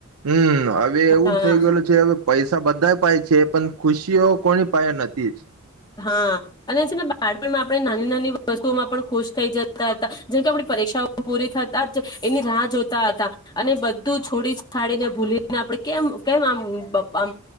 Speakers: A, on the right (about 85°); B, on the left (about 20°).
A: હમ્મ હવે એવું
B: હા
A: થઈ ગયેલું છે હવે પૈસા બધા પાહે છે. પણ ખુશીઓ કોઈ પાહે નથીજ
B: હા, અને છે ને, બાળપણમાં આપણે નાની-નાની વસ્તુઓમાં પણ ખુશ થઈ જતા હતા. જેમ કે આપણી પરીક્ષાઓ પૂરી થતા જ એની રાહ જોતા હતા. અને બધું છોડી-છાડીને, ભૂલીને, આપણે કેમ કેમ આમ આમ